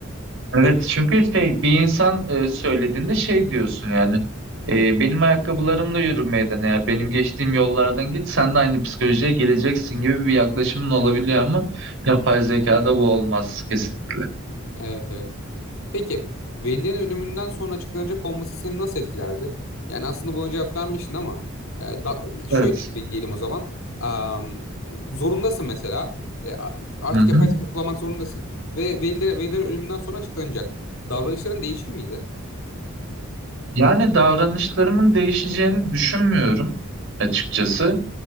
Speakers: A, on the right; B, on the left.
A: Evet
B: Peki
A: çünkü şey bir insan e, söylediğinde şey diyorsun yani e, benim ayakkabılarımla yürümeydin ya benim geçtiğim yollardan git sen de aynı psikolojiye geleceksin gibi bir yaklaşımın olabiliyor ama yapay zekada bu olmaz kesinlikle.
B: Evet evet. Peki Veli'nin ölümünden sonra açıklanacak olması seni nasıl etkilerdi? Yani aslında buna cevap vermiştin ama e, da, şöyle
A: Evet.
B: di- diyelim o zaman. Am, zorundasın mesela. E, a- artık
A: Hı
B: yapay
A: hı.
B: zeka kullanmak zorundasın. Ve Veliler, Veliler ölümünden sonra açıklanacak. Davranışların değişir miydi?
A: Yani davranışlarımın değişeceğini düşünmüyorum açıkçası.